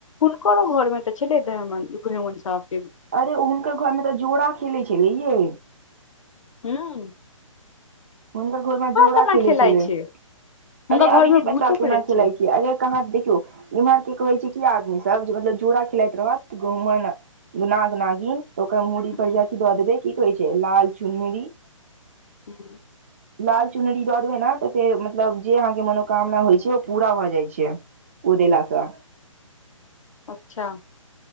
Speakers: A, on the left; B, on the right.
A: हुनकरो घरमे तऽ छलै दहमन गहुंमन साँप।
B: अरे हुनकर घरमे तऽ जोड़ा खेलै छलै यै।
A: हुँ।
B: हुनकर घरमे जोड़ा
A: केना
B: खेले
A: खेलाइ
B: छलैये।
A: छै हुनका
B: अरे अभी
A: घर मे
B: नहि पता
A: भूतो
B: केना
A: प्रेत
B: खेलाइ छै। अगर कहाँ देखियौ इमहर के कहै छै की आदमी सब जे मतलब जोड़ा खेलाइत रहत गहुंमन नाग नागिन ओकर मुड़ी
A: हूँ,
B: पर जे अथि दऽ देबै की कहे छैय लाल चुनरी
A: हूँ।
B: लाल चुनरी दऽ देबै ने तऽ फेर मतलब जे अहाँके मनोकामना होइ छैय ओ पूरा भऽ जाइ छै। ओ देला से।
A: अच्छा।